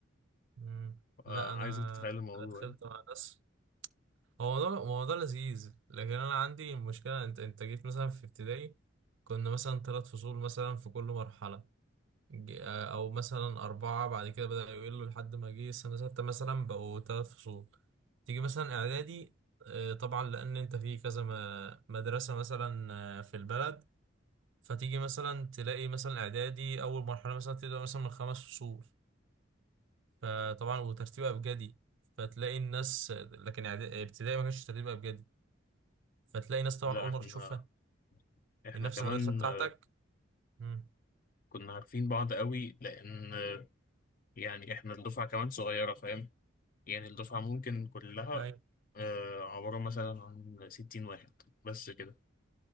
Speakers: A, on the right; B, on the left.
A: مم.
B: آه،
A: لا
B: عايزك
A: انا
B: تتخيل الموضوع
A: أنا دخلت
B: يعني
A: مع ناس هو ده هو ده لذيذ لكن انا عندي مشكله انت انت جيت مثلا في ابتدائي كنا مثلا ثلاث فصول مثلا في كل مرحله ج- آه، او مثلا اربعه بعد كده بدأ يقلوا لحد ما جه سنه سته مثلا بقوا ثلاث فصول تيجي مثلا اعدادي آه، طبعا لان انت في كذا م- مدرسه مثلا آه، في البلد فتيجي مثلا تلاقي مثلا اعدادي اول مرحله مثلا تبدا مثلا من خمس فصول فطبعا وترتيب ابجدي فتلاقي الناس لكن إعدا- ابتدائي ما كانش ترتيب ابجدي فتلاقي ناس طبعا
B: لا
A: اول
B: احنا
A: مره تشوفها
B: احنا
A: من نفس
B: كمان
A: المدرسه بتاعتك
B: آه،
A: امم
B: كنا عارفين بعض قوي لان آه، يعني احنا الدفعة كمان صغيرة فاهم يعني الدفعة ممكن كلها
A: ايوه
B: آه، عبارة مثلا عن 60 واحد بس كده